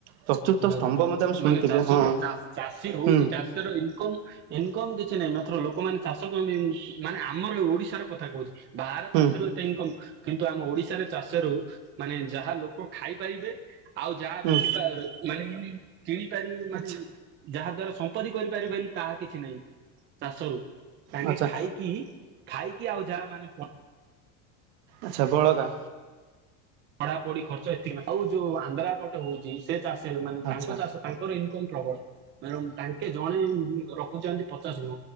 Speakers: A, on the right; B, on the right.
A: ଚତୁର୍ଥ
B: ମେରୁନ
A: ସ୍ତମ୍ଭ ମଧ୍ୟ ଆମେ ଶୁଣିଥିବେ
B: ମାନେ ଚାଷ
A: ହଁ
B: ରୁ ଚାଷୀ ରୋହୁଚି
A: ହୁଁ
B: ଚାଷୀ ର ଇନକମ୍ ଇନକମ୍ କିଛି ନାହିଁ ମାତ୍ର ଲୋକମାନେ ଚାଷ କ ପେଇଁ ମାନେ ଆମର ଓଡିଶାର କଥା କୋହୁଚି। ବାହାର
A: ହୁଁ
B: ଚାଷରୁ ଏତେ ଇନକମ୍ କିନ୍ତୁ ଆମ ଓଡିଶାରେ ଚାଷରୁ ମାନେ ଯାହା ଲୋକ ଖାଇପାରିବେ ଆଉ ଯାହା
A: ହୁଁ
B: ରଖିପା ମାନିମୁନି କିଣିପାରିବୁ ମାନେ
A: ଆଚ୍ଛା।
B: ଯାହା ଦ୍ଵାରା ସମ୍ପତ୍ତି କରିପାରିବେନି ତାହା କିଛି ନାଇଁ ଚାଷରୁ ତାଙ୍କେ
A: ଆଚ୍ଛା
B: ଖାଇକି ଖାଇକି ଆଉ ଯାହା ମାନେ ପ
A: ଆଚ୍ଛା ବଳକା
B: ପଢା ପଢି ଖର୍ଚ୍ଚ ଏତିକି ଆଉ ଯୋଉ ଆନ୍ଧ୍ରାପଟ ହୋଉଛି ସେ ଚାଷେ ମାନେ
A: ଆଚ୍ଛା
B: ତାଙ୍କ ଚାଷ ତାଙ୍କର ଇଁ କମ୍ ପ୍ରବଳ ମେରଂ ତାଙ୍କେ ଜଣେ ରଖୁଚନ୍ତି ପଚାଶ୍ ମ